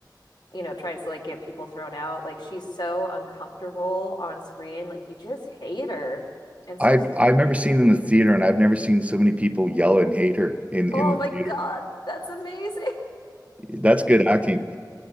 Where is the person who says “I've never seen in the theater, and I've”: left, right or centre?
Right